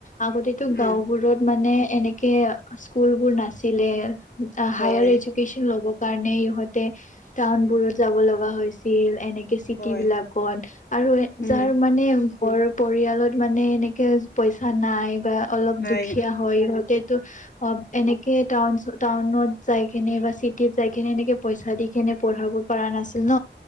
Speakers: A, on the left; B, on the left.
A: আগতেতো
B: উম
A: গাঁও বোৰত মানে এনেকে স্কুলবোৰ নাছিলে।
B: হয়
A: হায়াৰ এডুকেচন ল'ব কাৰণে ইহঁতে টাউনবোৰত যাব লগা হৈছিল। এনেকে চিটিবিলাকত
B: হয়
A: আৰু
B: উম
A: যাৰ মানে ঘৰ পৰিয়ালত মানে এনেকে পইচা নাই বা অলপ
B: নাই
A: দুখীয়া
B: উম
A: হয় সিহঁতেতো অ এনে কে টাউন টাউনত যাই কেনে বা চিটিত যাই কেনে এনেকে পইচা দি কেনে পঢ়াব পৰা নাছিল। ন।